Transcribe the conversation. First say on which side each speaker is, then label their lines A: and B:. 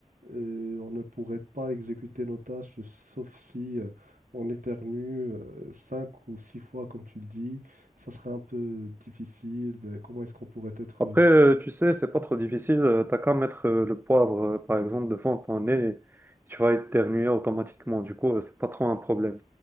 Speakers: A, on the right (about 85°); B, on the right (about 15°).
A: et on ne pourrait pas exécuter nos tâches, sauf si euh, on éternue euh, cinq ou six fois, comme tu le dis. Ça serait un peu difficile. mais comment est-ce qu'on pourrait être
B: Après, euh, tu sais, c'est pas trop difficile. euh, T'as qu'à mettre euh, le poivre, euh, par exemple, devant ton nez, et tu vas éternuer automatiquement. Du coup, euh, c'est pas trop un problème.